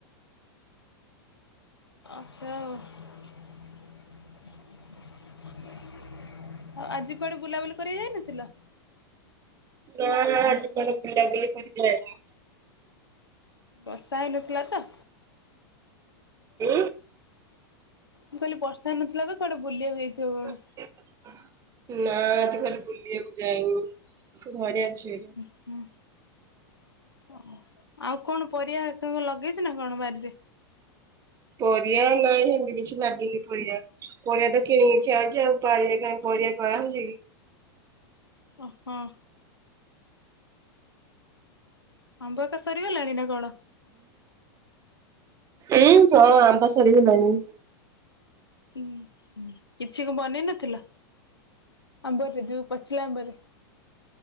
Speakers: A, on the left (about 80°); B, on the right (about 25°).
A: ଆଚ୍ଛା, ଆଉ ଆଉ ଆଜି କୁଆଡେ ବୁଲାବୁଲି କରିବାକୁ ଯାଇନଥିଲ?
B: ନାଁ ନାଁ, ଆଜି କୁଆଡ଼େ ବୁଲା ବୁଲି କରିବାକୁ ଯାଇନି।
A: ବର୍ଷା ହେଇନଥିଲା ତ?
B: ଉଁ?
A: ମୁଁ କହିଲି ବର୍ଷା ନଥିଲା ତ, କୁଆଡେ ବୁଲିବାକୁ ଯାଇଥିବ କଣ?
B: ନାଁ, ଆଜି କୁଆଡ଼େ ବୁଲିବାକୁ ଯାଇନି, ଘରେ ଅଛି।
A: ହୁଁ, ଓ। ଆଉ କଣ ପରିଆ, କଣ କଣ ଲଗେଇଛ ନା କଣ ବାରିରେ?
B: ପରିବା ନାଇଁ ହେମତି କିଛି ଲାଗିନି ପରିବା। ପରିବା ତ କିଣିକି ଖିଆ ହଉଛି ଆଉ ବାରିରେ କାଇଁ ପରିବା କିଣା ହଉଛି କି?
A: ଅ ହଁ। ଆମ୍ୱ ହେକା ସରିଗଲାଣି ନା କଣ?
B: ଉମ୍ ହଁ, ଆମ୍ବ ସରିଗଲାଣି।
A: ହଁ, କିଛି କ ବନେଇ ନଥିଲ, ଆମ୍ବରେ ଯୋଉ ପାଚିଲା ଆମ୍ବରେ?